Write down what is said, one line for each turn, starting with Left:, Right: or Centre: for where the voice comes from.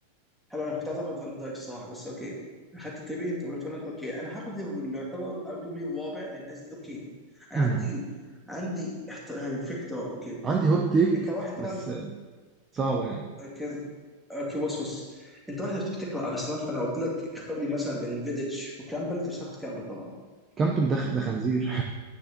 Centre: حلو انا كنت عايز اخد فان دايك صح بس اوكي اخدت تيبي انت وفرناند اوكي انا هاخد اللي يعتبر ارجوبلي الرابع للناس دي اوكي انا
Right: أمم.
Centre: عندي عندي احت... في احترام اوكي
Right: عندي هوت تيك
Centre: انت واحد طبعا
Right: بس صعبة يعني
Centre: كز... اوكي بص بص انت واحد بتفتكر ارسنال فانا قلت لك اختار لي مثلا بين فيديتش وكامبل انت مش هتاخد كامبل طبعا
Right: كامبل ده ده خنزير <laughs>